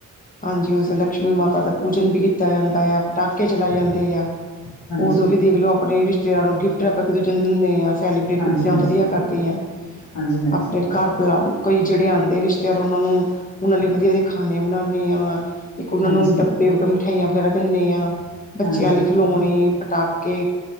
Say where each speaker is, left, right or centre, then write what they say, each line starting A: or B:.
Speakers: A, on the left (about 25°); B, on the left (about 70°).
A: ਹਾਂਜੀ, ਉਸ ਦਿਨ ਲਕਸ਼ਮੀ ਮਾਤਾ ਦਾ ਪੂਜਨ ਵੀ ਕੀਤਾ ਜਾਂਦਾ ਆ, ਪਟਾਕੇ ਚਲਾਏ ਜਾਂਦੇ ਆ।
B: ਹਾਂਜੀ,
A: ਉਦੋਂ ਵੀ ਦੇਖਲੋ ਆਪਣੇ ਰਿਸ਼ਤੇਾਰ ਨੂੰ ਗਿਫਟ ਆਪਾਂ ਇੱਕ ਦੂਜੇ ਨੂੰ ਦਿੰਦੇ ਆ। ਸੈਲੀਬ੍ਰੇਟ
B: ਹਾਂਜੀ-ਹਾਂਜੀ,
A: ਚੀਜਾਂ ਵੱਧੀਆ ਕਰਤਿਆ
B: ਹਾਂਜੀ-ਹਾਂਜੀ,
A: ਆਪਣੇ ਘਰ ਬੁਲਾ ਕਈ ਜਿਹੜੇ ਆਂਦੇ ਰਿਸ਼ਤੇਦਾਰ, ਉਹਨਾਂ ਨੂੰ ਉਹਨਾਂ ਲਈ ਵੱਧੀਆ -ਵੱਧੀਆ ਖਾਣੇ ਬਣਾਦੇ ਆ, ਇੱਕ ਉਹਨਾਂ
B: ਹਾਂਜੀ।
A: ਨੂੰ ਡੱਬ ਫੇਰ ਆਪਾ ਮਿਠਾਈਆਂ ਵਗੈਰਾ ਦਿੰਦੇ ਆ, ਬੱਚੇਆਂ
B: ਹਾਂਜੀ,
A: ਲਈ ਖਲੌਣੇ, ਪਟਾਕੇ